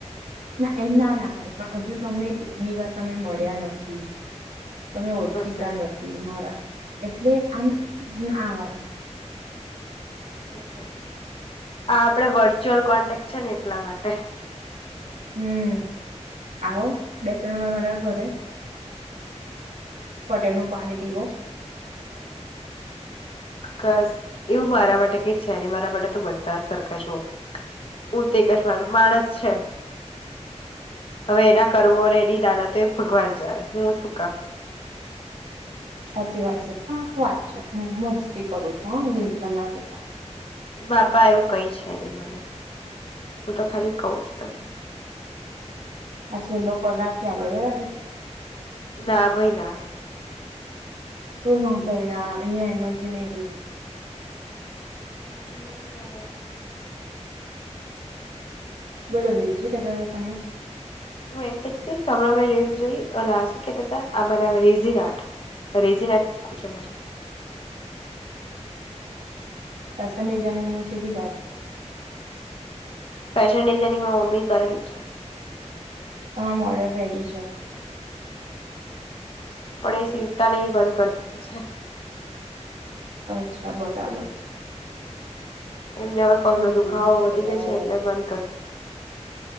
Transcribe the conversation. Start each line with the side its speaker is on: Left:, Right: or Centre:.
Right: ના એમ ના ના પાડે પણ હજુ તમે એક બે વાર તમે મળ્યા નથી તમે ઓળખીતા
Left: અચ્છા
Right: નથી મારા એટલે આમ આ વાત
Left: અચ્છા અચ્છા આ આપડે વર્ચ્યુઅ છે ને એટલા માટે
Right: હમ આવો બે ત્રણ વાર વાળા ઘરે પટેલ નું પાણી પીવું.
Left: કસ એવું મારા માટે કઈ છે નહી. મારા માટે ત બધા સરખા છો. હું તે એક જ માનું માણસ છે. હવે એના કર્મો અને એની દાનથ તો ભગવાન જાણે. હું શું કામ
Right: સાચી વાત છે. <unintelligible> વાત છે હ મસ્તી કરું છું. હ દિલ બ ના જતા
Left: બાપા એવુ કઈ છે નહી મને. હું તો ખાલી કઉ છો તમે
Right: અચ્છા લોકો રાખીએ આપડે બરાબર
Left: ના ભાઈ ના
Right: શું ના ભાઈના. અહિયાં એનર્જી નહી રહી
Left: ના ના ના ના
Right: બોલો બીજું શું કેતા હતા તમે.
Left: હું એમ કેતી કે, હમણાં મે રીલ્સ જોઈ ઓલા શું કેતા હતા બનાવે રેઝન આર્ટ. રેઝન આર્ટ શીખવું છે મારે
Right: ફેશન ડિઝાઇનિંગ હું શીખી જાઉ
Left: ફેશન ડિઝાઇનિંગ માં મમ્મી કરેલું છે.
Right: તમામ મઆર્ડર રેડી છે.
Left: પણ એ સીવતા નહી બંધ કરી દીધું છે.
Right: અચ્છા બરાબર
Left: એમને હવે પગલો
Right: બોલો
Left: દુખાવો
Right: બીજું શું
Left: વધી
Right: કેતા
Left: ગયો છે.
Right: હતા
Left: ને એટલે
Right: તમે
Left: બંધ કરી દીધો.